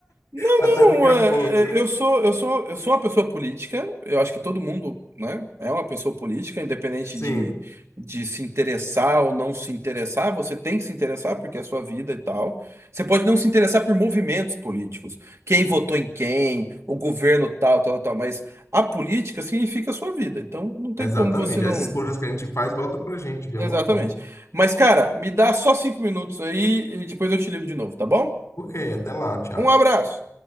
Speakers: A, on the right; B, on the left.
A: Não,
B: Até
A: não,
B: daqui a
A: é,
B: pouco.
A: é, eu sou, eu sou, eu sou uma pessoa política. Eu acho que todo mundo, né, é uma pessoa política, independente
B: Sim,
A: de, de se interessar ou não se interessar. Você tem que se interessar porque é a sua vida e tal. Você pode não se interessar por movimentos políticos, quem votou em quem, o governo tal, tal, tal. Mas a política significa a sua vida. Então não tem
B: exatamente.
A: como você não.
B: As escolhas que a gente faz volta pra gente, de
A: Exatamente.
B: alguma forma.
A: Mas, cara, me dá só cinco minutos aí e depois eu te ligo de novo, tá bom?
B: Ok, até lá, tchau.
A: Um abraço.